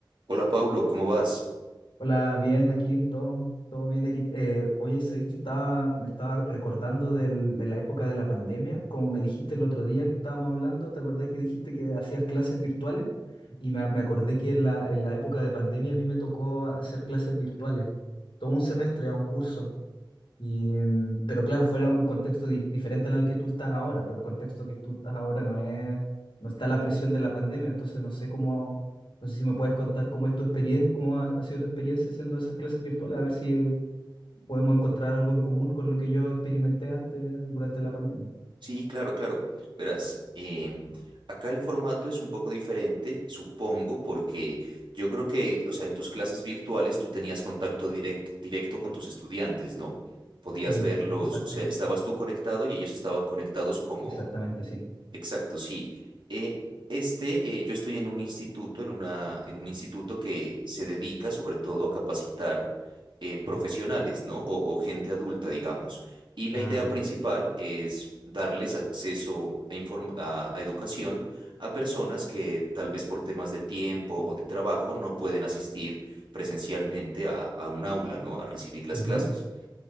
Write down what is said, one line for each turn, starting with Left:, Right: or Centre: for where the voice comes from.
Right: Hola Pablo, ¿cómo vas?
Left: Hola, bien, aquí todo, todo bien, Eric. Eh, oye, sabéis que estaba, me estaba recordando del- de la época de la pandemia, como me dijiste el otro día que estábamos hablando, ¿te acordás que dijiste que hacías clases virtuales? Y me, me acordé que en la, en la época de pandemia a mí me tocó hacer clases virtuales, todo un semestre a un curso. Y, em, pero claro, fuera un contexto di- diferente al que tú estás ahora, pues el contexto que tú estás ahora no es, no está la presión de la pandemia, entonces no sé cómo, no sé si me puedes contar cómo es tu experiencia, cómo ha, ha sido tu experiencia haciendo esas clases virtuales, a ver si podemos encontrar algo en común con lo que yo experimenté antes durante la pandemia.
Right: Sí, claro, claro. Verás, eh, acá el formato es un poco diferente, supongo, porque yo creo que, o sea, en tus clases virtuales tú tenías contacto directo, directo con tus estudiantes, ¿no? Podías
Left: Eh,
Right: verlos,
Left: exacto,
Right: o sea, estabas tú conectado y ellos estaban conectados como,
Left: exactamente, sí.
Right: Exacto, sí. Eh, este, eh, yo estoy en un instituto, en una, en un instituto que se dedica sobre todo a capacitar eh, profesionales, ¿no? O, o gente adulta, digamos. Y la
Left: Ah,
Right: idea principal
Left: bien.
Right: es darles acceso a, inform- a a educación a personas que tal vez por temas de tiempo o de trabajo no pueden asistir presencialmente a, a un aula, ¿no? A recibir las
Left: Ujú.
Right: clases.